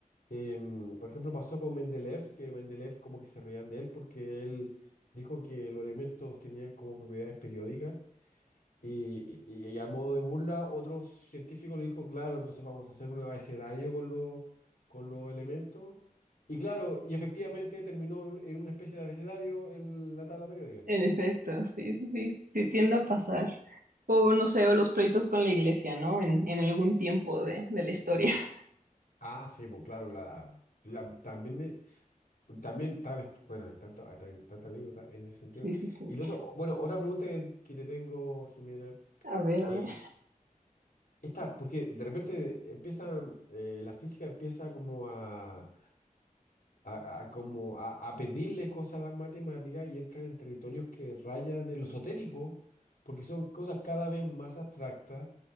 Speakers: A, on the left; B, on the right.
A: Em, por ejemplo, pasó con Mendeleev, que Mendeleev como que se reían de él porque él dijo que los elementos tenían como propiedades periódicas y, y, y a modo de burla, otro científico le dijo, claro, entonces vamos a hacer un abecedario con los, con los elementos. Y claro, y efectivamente terminó en en una especie de abecedario el- la tabla periódica.
B: En efecto, sí, sí, sí, sí, tiende a pasar. O no sé, o los pleitos con la iglesia, ¿no? En, en algún tiempo de, de la historia. <laughs>
A: Ah, sí, pues claro, la, la- también me, también tal, bueno, hay tanto, hay tan- tanta anécdota en ese sentido.
B: Sí, sí, sí.
A: Y lo otro, bueno, otra pregunta que, que te tengo, Jimena,
B: A ver, a
A: eh,
B: ver,
A: esta, porque de repente empiezan, eh, la física empieza como a a, a como a, a pedirle cosas a las matemáticas y entran en territorios que rayan en lo esotérico, porque son cosas cada vez más abstractas